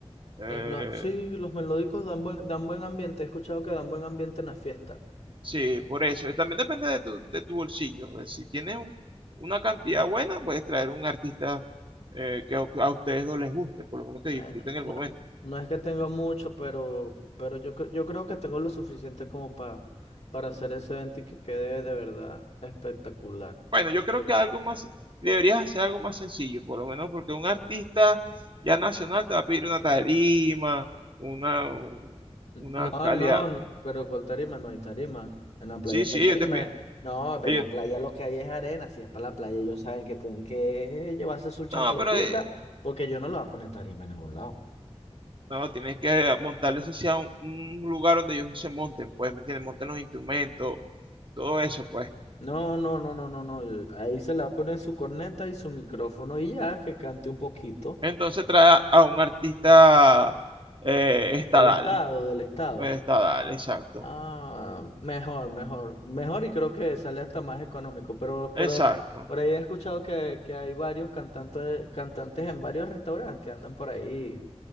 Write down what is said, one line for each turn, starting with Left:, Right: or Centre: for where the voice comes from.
Right: eh,
Left: lo- lo- sí, los melódicos dan buen, dan buen ambiente, he escuchado que dan buen ambiente en la fiesta.
Right: sí, por eso. Y También depende de tu, de tu bolsillo. pues, si tienes un- una cantidad buena, puedes traer un artista eh, que a, a ustedes no les guste, por lo menos
Left: Bueno,
Right: que disfruten el
Left: no,
Right: momento.
Left: no es que tenga mucho, pero, pero yo, cre- yo creo que tengo lo suficiente como pa- para hacer ese evento y que quede de verdad espectacular.
Right: Bueno, yo creo
Left: Pero-
Right: que algo más, deberías hacer algo más sencillo, por lo menos porque un artista ya nacional te va a pedir una tarima, una, un- una
Left: No,
Right: calidad.
Left: no, pero ¿cuál tarima? No hay tarima. En la playa
Right: Sí, sí,
Left: no hay tarima.
Right: ellos te piden.
Left: No, en
Right: ellos-
Left: la playa lo que hay es arena. Si es para la playa, ellos saben que tienen que llevarse su chancletica,
Right: no, pero eh,
Left: porque yo no le voy a poner tarima en ningún lado.
Right: no, tienes que montarles ese sea un, un lugar donde ellos se monten, pues, ¿me entiendes? Monten los instrumentos, todo eso, pues.
Left: No, no, no, no, no, no. Ahí se le va a poner su corneta y su micrófono y ya, que cante un poquito.
Right: Entonces trae a un artista eh, estadal,
Left: Del estado, del estado.
Right: eh, estadal, exacto,
Left: Ah, mejor, mejor. Mejor y creo que sale hasta más económico. Pero,
Right: exacto,
Left: pero por ahí he escuchado que, que hay varios cantantes, cantantes en varios restaurantes que andan por ahí